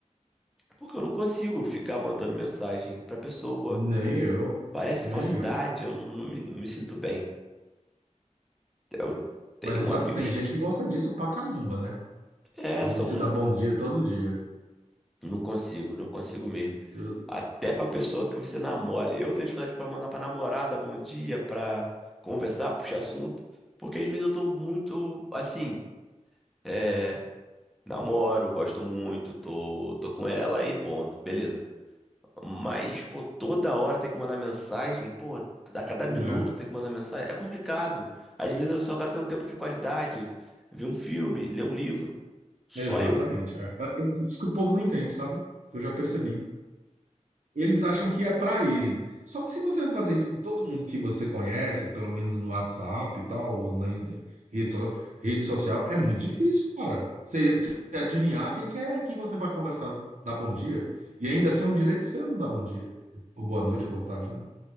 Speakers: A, in the centre; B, on the right (about 70°).
A: Porque eu não consigo ficar mandando mensagem pra pessoa.
B: Nem eu.
A: Parece
B: Nem
A: falsidade,
B: eu.
A: eu não, não me, não me sinto bem. Eu tenho
B: Mas você sabe
A: amigos.
B: que tem gente que gosta disso pra caramba, né?
A: É,
B: de
A: são.
B: você dar bom dia todo dia.
A: Não consigo, não consigo mesmo.
B: Eu-
A: Até pra pessoa que você namora. Eu tenho dificuldade pra mandar pra namorada bom dia, pra conversar, puxar assunto. Porque às vezes eu tô muito assim. é, Namoro, gosto muito, tô, tô com ela e ponto. Beleza. Mas, pô, toda hora tem que mandar mensagem, pô, a cada minuto
B: é,
A: tem que mandar mensagem. É complicado. Às vezes eu só quero ter um tempo de qualidade, ver um filme, ler um livro. Só
B: exatamente.
A: eu.
B: É. É é Isso que o povo não entende, sabe? Eu já percebi. Eles acham que é pra ele. Só que se você fazer isso com todo mundo que você conhece, pelo menos no WhatsApp e tal, ou na in- rede, so- rede social, é muito difícil, cara. Você, você adivinhar quem que é que você vai conversar, dar bom dia. E ainda assim é um direito seu não dar bom dia. Ou boa noite, ou boa tarde, né?